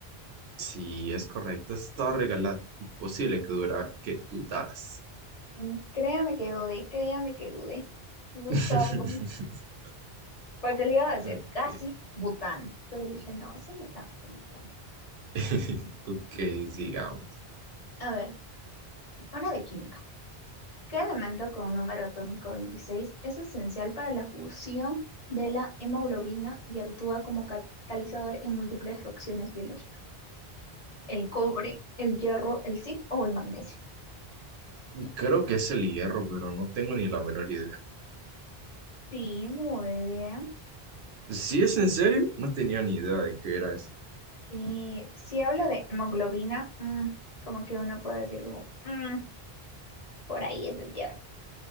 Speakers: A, on the right; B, on the left.
A: Sí, es correcto. Eso estaba regalado. Imposible que dura, que dudaras.
B: Mm, Créame que dudé, créame que dudé. No
A: <laughs>
B: estaba como... ¿Para qué le iba a decir?
A: Ok.
B: Casi bután. Pero dije, no, es el metano, es el metano.
A: <laughs> Ok, sigamos.
B: A ver, una de química. ¿Qué elemento con un número atómico 26 es esencial para la fusión de la hemoglobina y actúa como catalizador en múltiples reacciones biológicas? ¿El cobre, el hierro, el zinc o el magnesio?
A: Creo que es el hierro, pero no tengo ni la menor idea.
B: Sí, muy bien.
A: Si es en serio, no tenía ni idea de qué era eso.
B: Sí, si hablo de hemoglobina, mm, como que uno puede decir como, mm, por ahí es el hierro.